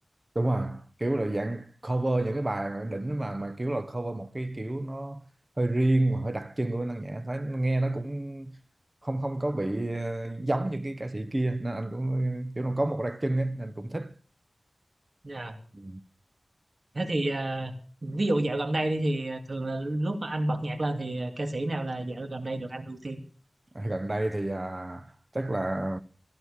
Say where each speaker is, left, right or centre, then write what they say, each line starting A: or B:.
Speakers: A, on the right; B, on the right.
A: đúng rồi kiểu là dạng cover những cái bài đỉnh mà mà kiểu là cover một cái kiểu nó hơi riêng mà hơi đặc trưng của Minh Năng Nhã thấy nghe nó cũng không không có bị ờ, giống như cái ca sĩ kia nên anh cũng kiểu nó có một đặc trưng ấy, nên cũng thích
B: Dạ.
A: Ừ.
B: Thế thì ờ, ví dụ dạo gần đây đi thì ờ, thường là lúc mà anh bật nhạc lên thì ờ, ca sĩ nào là dạo gần đây được anh ưu tiên?
A: gần đây thì à, chắc là